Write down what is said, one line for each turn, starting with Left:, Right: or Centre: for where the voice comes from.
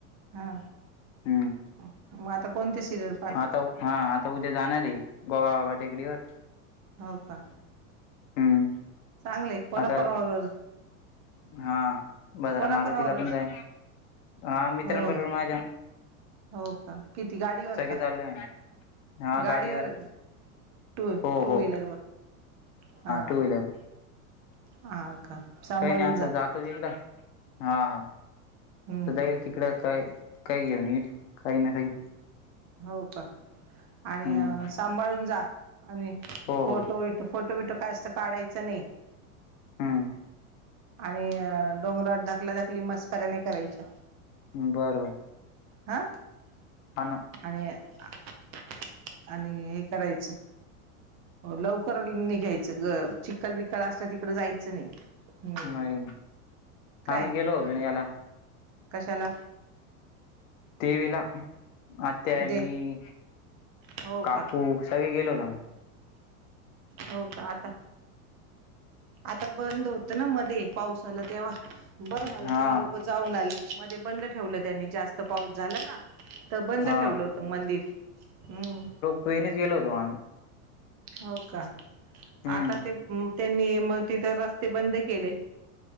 Right: हा
Left: हम्म
Right: मग आता कोणते सिरियल पाह
Left: आता हा आता उद्या जाणार आहे, गोगाबाबा टेकडीवर.
Right: हो का
Left: हम्म
Right: चांगलंय कोणा
Left: आता
Right: कोणा बरोबर ज्
Left: हा, भद्रा
Right: कोणाकोणावरच
Left: मारुतीला पण जाईन, हा मित्रांबरोबर
Right: हो
Left: माझ्या.
Right: हो का? किती गाडीवर
Left: सगळे
Right: का?
Left: चाललोय आम्ही हा
Right: गाडीवर,
Left: गाडीवरच
Right: टू
Left: हो
Right: टू
Left: हो
Right: - व्हीलर वर हा,
Left: टू व्हीलर
Right: हा का. सांभाळून
Left: काही नाही आता
Right: जा
Left: जातो तिकड, हा-हा
Right: हम्म
Left: तर जाईल. तिकडं काय काही घेऊन येईल, काही ना काही.
Right: हो का.
Left: हम्म
Right: आणि सांभाळून जा, आणि
Left: हो
Right: फोटो
Left: हो
Right: विट फोटो विट. कास्तं काढायचं नाही.
Left: हम्म.
Right: आणि डोंगरात धाकला-धकली मस्कऱ्या नाही करायच्या.
Left: बरं-बरं.
Right: हा.
Left: हा ना.
Right: आणि-आणि हे करायचं लवकर निघायचं ग, चिक्खल बिक्खल असल्या तिकड जायचं नाही. हम्म
Left: नाही-नाही.
Right: काय
Left: आम्ही गेलो होतो ना, याला.
Right: कशाला
Left: तेवी ला, आत्या,
Right: दे
Left: मी,
Right: हो
Left: काकू.
Right: का
Left: सगळी गेलो होतो काय नाही.
Right: हो का, आता. आता बंद होतं ना मध्ये, पावस आला तेव्हा, बरं झाल
Left: हा
Right: तुम्ही लोक जाऊन आले. मध्ये बंद ठेवलं त्यांनी, जास्त पाऊस झाला ना. तर बंद
Left: हा
Right: ठेवलं होत मंदिर, हम्म.
Left: कोहिनीच गेल होतो माझं.
Right: हो का,
Left: हम्म
Right: आता ते त्यांनी मग तिथ रस्ते बंद केले.